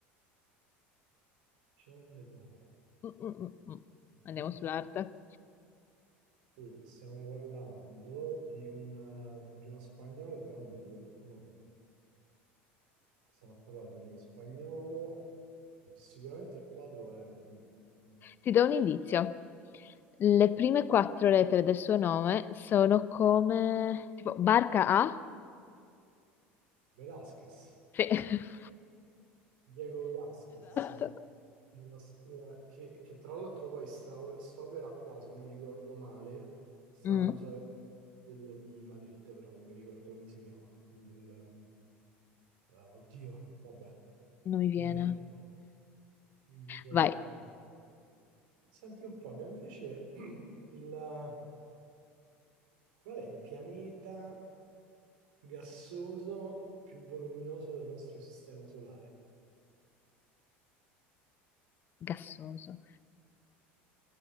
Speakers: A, on the right (about 60°); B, on the left (about 35°).
A: Ancelle d'onore.
B: Mm, mm, mm, mm.
A: D'onore.
B: Andiamo sull'arte.
A: Sì, stiamo parlando di un, eh, di uno spagnolo, però non mi ricordo il nome. Stiamo a parlare di uno spagnolo. Sicuramente il quadro è un, un
B: Ti do un indizio. Le prime quattro lettere del suo nome sono come... Tipo, barca A?
A: Velázquez,
B: Sì, <laughs>
A: Diego Velázquez,
B: esatto.
A: della scuola- che, che tra l'altro poi sta, sta opera qua, se non ricordo male, sta
B: Mm,
A: al museo quello di Madrid, però non mi ricordo come si chiama. Il, ehm, ah, oddio, vabbè,
B: non mi viene.
A: mi verrà il museo
B: Vai,
A: del Prado. Senti un po', ma invece <clears throat> il, qual è il pianeta? gassoso più voluminoso del nostro sistema solare.
B: gassoso.